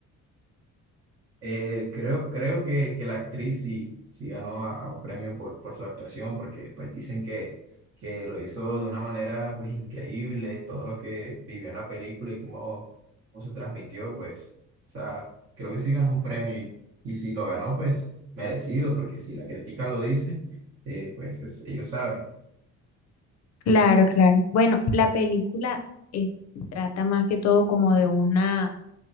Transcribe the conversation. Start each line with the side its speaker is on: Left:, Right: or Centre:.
Right: Eh, creo, creo que, que la actriz sí, sí ganó a, a un premio por, por su actuación, porque pues dicen que, que lo hizo de una manera pues increíble, todo lo que vivió en la película y cómo, cómo se transmitió, pues, o sea, creo que sí ganó un premio y, y si lo ganó, pues merecido, porque si la crítica lo dice, eh, pues es- ellos saben,
Left: Claro, claro. Bueno, la película eh, trata más que todo como de una,